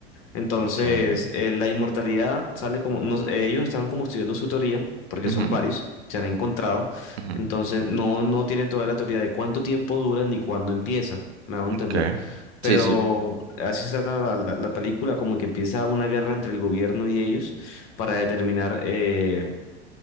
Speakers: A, on the left; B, on the right.
A: Entonces,
B: ok.
A: eh, la inmortalidad sale como, no- eh, ellos están como estudiando su teoría, porque
B: Ujú,
A: son varios, se han encontrado,
B: ujú.
A: entonces no, no tienen toda la teoría de cuánto tiempo dura ni cuándo empieza, me hago entender.
B: Okay.
A: Pero
B: Sí, sí.
A: así se trata la, la- la película, como que empieza una guerra entre el gobierno y ellos para determinar eh,